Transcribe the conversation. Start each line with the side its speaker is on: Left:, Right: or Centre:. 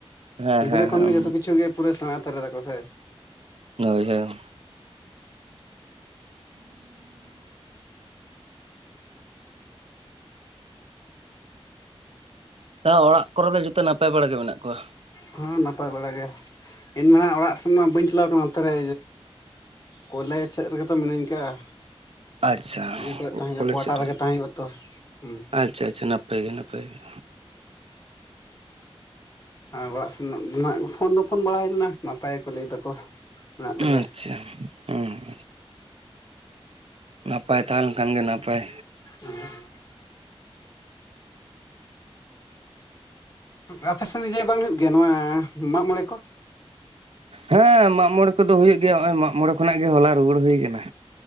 Right: ᱦᱮᱸ
Left: ᱜᱤᱫᱽᱨᱟᱹ
Right: ᱦᱮᱸ ᱦᱮᱸ
Left: ᱠᱷᱚᱱᱜᱮ ᱡᱚᱛᱚ ᱠᱤᱪᱷᱩ ᱜᱮ ᱯᱩᱨᱟᱹ ᱥᱮᱬᱟ ᱦᱟᱛᱟᱹᱨ ᱫᱟᱠᱚ ᱥᱮ
Right: ᱦᱳᱭ ᱦᱳᱭ ᱦᱮᱸ <unintelligible> ᱚᱲᱟᱜ ᱠᱚᱨᱮ ᱫᱚ ᱡᱚᱛᱚ ᱱᱟᱯᱟᱭ ᱵᱟᱲᱟ ᱜᱮ ᱢᱮᱱᱟᱜ ᱠᱚᱣᱟ?
Left: ᱦᱚᱸᱮᱸ ᱱᱟᱯᱟᱭ ᱵᱟᱲᱟ ᱜᱮ ᱤᱧ ᱢᱟ ᱦᱟᱸᱜ ᱚᱲᱟᱜ ᱥᱮᱱ ᱢᱟ ᱵᱟᱹᱧ ᱪᱟᱞᱟᱣ ᱠᱟᱱᱟ ᱚᱱᱛᱮ ᱨᱮ ᱠᱚᱞᱮᱡᱽ ᱥᱮᱫ ᱨᱮᱜᱮᱛᱚ ᱢᱤᱱᱟᱹᱧ ᱠᱟᱜᱼᱟ
Right: ᱟᱪᱪᱷᱟ
Left: ᱤᱭᱟᱹ ᱠᱚᱨᱮ ᱛᱟᱦᱮᱸ ᱦᱩᱭᱩᱜᱼᱟ
Right: ᱠᱚᱞᱮᱡᱽ
Left: ᱠᱣᱟᱴᱟᱨ
Right: ᱥᱮᱫ
Left: ᱨᱮᱜᱮ ᱛᱟᱦᱮᱸ ᱦᱩᱭᱩᱜ ᱟ ᱛᱚ᱾ ᱦᱩᱸ
Right: ᱟᱪᱪᱷᱟ ᱟᱪᱪᱷᱟ ᱱᱟᱯᱟᱭ ᱜᱮ ᱱᱟᱯᱟᱭ ᱜᱮ
Left: ᱟᱨ ᱚᱲᱟᱜ ᱥᱮᱱ ᱫᱚ ᱱᱟᱜ ᱯᱷᱳᱱ ᱫᱚ ᱯᱷᱳᱱ ᱵᱟᱲᱟᱭ ᱦᱩᱭ ᱞᱮᱱᱟ ᱱᱟᱯᱟᱭ ᱜᱮᱠᱚ ᱞᱟᱹᱭ ᱫᱟᱠᱚ ᱢᱮᱱᱟᱜ ᱞᱮᱜᱮᱭᱟ
Right: ᱟᱪᱪᱷᱟ ᱦᱸ ᱱᱟᱯᱟᱭ ᱛᱟᱦᱮᱸᱞᱮᱱ ᱠᱷᱟᱱ ᱜᱮ ᱱᱟᱯᱟᱭ
Left: <inaudible> ᱟᱯᱮ ᱥᱮᱱ ᱡᱮ ᱵᱟᱝ ᱦᱩᱭᱩᱜ ᱜᱮᱭᱟ ᱱᱚᱣᱟ ᱢᱟᱜ ᱢᱚᱬᱮ ᱠᱚ
Right: ᱦᱮᱸ ᱢᱟᱜ ᱢᱚᱬᱮ ᱠᱚᱫᱚ ᱦᱩᱭᱩᱜ ᱜᱮᱭᱟ ᱱᱚᱜᱚᱭ ᱢᱟᱜ ᱢᱚᱬᱮ ᱠᱷᱚᱱᱟᱜ ᱜᱮ ᱦᱚᱞᱟ ᱨᱩᱩᱭᱟᱹᱲ ᱦᱩᱭ ᱠᱟᱱᱟ᱾